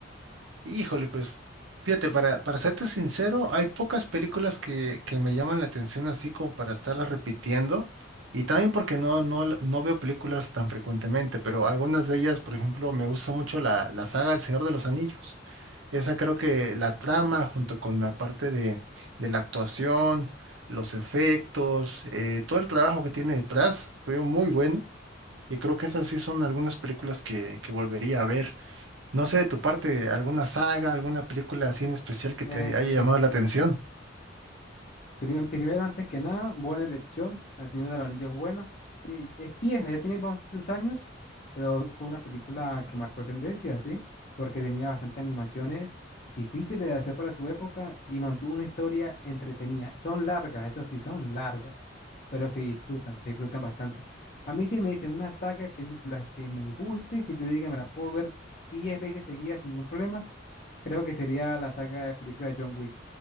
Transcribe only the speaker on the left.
Pues,
Prim- Primero, antes que nada, buena elección. El Señor del Anillo es buena. Sí, es vieja, ya tiene vamos, sus años, pero fue una película que marcó tendencia, ¿sí? Porque tenía bastantes animaciones difíciles de hacer para su época y mantuvo una historia entretenida. Son largas, eso sí, son largas, pero se disfrutan, se disfrutan bastante. A mí sí me dicen una saga de películas que me guste, que yo diga me la puedo ver 10 veces seguidas sin ningún problema, creo que sería la saga de películas de John Wick.